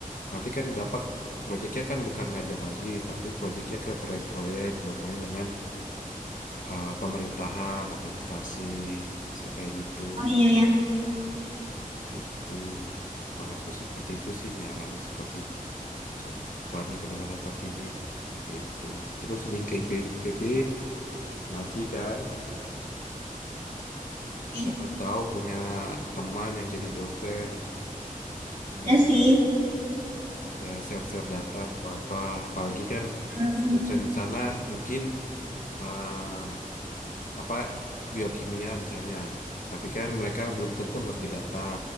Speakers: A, on the left; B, on the right.
A: nanti kan dapat proyeknya kan bukan ngajar lagi tapi proyeknya ke proyek-proyek bermain dengan eh, pemerintahan atau instansi bisa kayak gitu
B: oh iya ya
A: gitu. Kalau aku sih seperti itu sih nyaranin seperti ke Fani benar-benar terdidik gitu. Terus link ke IPB masih kan?
B: oke
A: Siapa tahu punya teman yang jadi dosen bisa
B: ya sih
A: bisa share-share data atau apa. Apalagi kan
B: Mhm,
A: dosen di sana mungkin eh, apa biokimia misalnya. Tapi kan mereka belum tentu ngerti data.